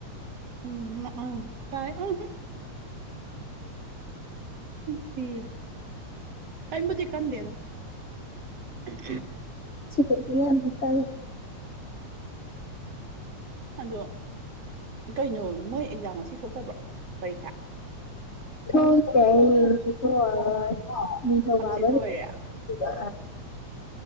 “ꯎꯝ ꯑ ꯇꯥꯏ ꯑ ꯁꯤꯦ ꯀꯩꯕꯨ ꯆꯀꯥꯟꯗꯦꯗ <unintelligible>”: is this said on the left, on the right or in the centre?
Right